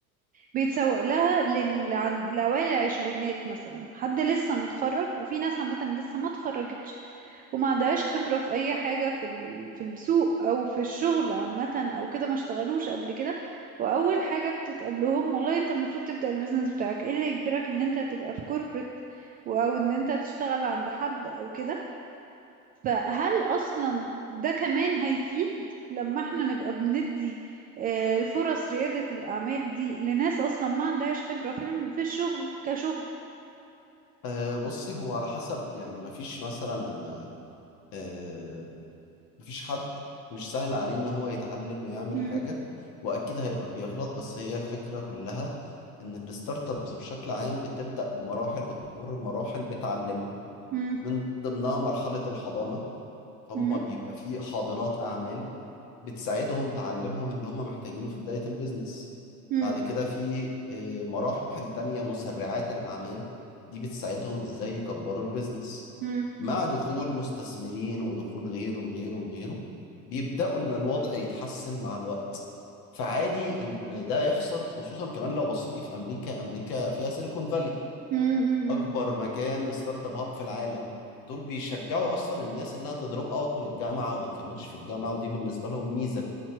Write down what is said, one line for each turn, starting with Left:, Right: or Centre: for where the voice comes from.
Right: بيتسوق لها لل... عن... لأوائل العشرينات مثلا حد لسه متخرج وفي ناس عامة لسه ما اتخرجتش وما عندهاش خبرة في أي حاجة في ال... في السوق أو في الشغل عامة أو كده ما اشتغلوش قبل كده وأول حاجة بتتقال لهم والله أنت المفروض تبدأ البيزنس بتاعك إيه اللي يجبرك إن أنت تبقى في كوربريت أو إن أنت تشتغل عند حد أو كده فهل أصلا ده كمان هيفيد لما احنا نبقى بندي آه، فرص ريادة الأعمال دي لناس أصلا ما عندهاش خبرة في الم- في الشغل كشغل
Left: آه، بصي هو على حسب يعني مفيش مثلا آه، مفيش حد مش سهل عليه ان هو يتعلم ويعمل
Right: مم،
Left: حاجة واكيد هيبقى بيغلط بس هي الفكرة كلها ان الستارت ابس بشكل عام بتبدأ بمراحل بتمر بمراحل بتعلمهم
Right: مم،
Left: من ضمنها مرحلة الحضانة هم
Right: مم،
Left: بيبقى فيه حاضنات اعمال بتساعدهم تعلمهم اللي هم محتاجينه في بداية البيزنس
Right: مم،
Left: بعد كده في آه، مراحل تانية مسرعات الأعمال دي بتساعدهم إزاي يكبروا البيزنس
Right: مم،
Left: مع دخول مستثمرين ودخول غيره وغيره وغيره بيبدأوا إن الوضع يتحسن مع الوقت فعادي إن ده يحصل خصوصا كمان لو بصيتي في أمريكا أمريكا فيها سيليكون فالي
Right: مم، مم،
Left: أكبر مكان ستارت أب هاب في العالم دول بيشجعوا أصلا الناس إنها تدروب أوت من الجامعة وما تكملش في الجامعة ودي بالنسبة لهم ميزة